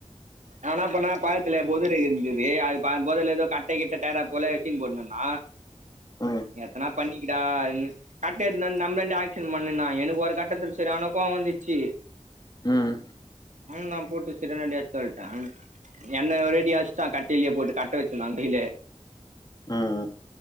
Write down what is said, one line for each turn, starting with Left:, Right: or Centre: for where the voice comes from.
Right: என்னா பண்ண பழஸ் <unintelligible> டேய் அது பக்க ஏதோ கட்ட கிட்ட எடுறா போல சீன் போட்டுன்னுருந் ஆ
Left: ம்
Right: எத்தன பண்ணிக்கடா கட்டைய எடுத்து நம்லாண்டையே ஆக்ஷன் பண்ணுன்னா எனக்கு கட்ட <unintelligible> செர்யான கோவ வந்துருச்சி
Left: ம்
Right: ஆ நா போட்டு செரியான டேட்டு சொல்ட்டா என்னைய ஒரேயடி அடிச்சுட்டா கட்டியிலியே போட்டு கட்ட வச்சுருந்தா கையில
Left: ம் ம்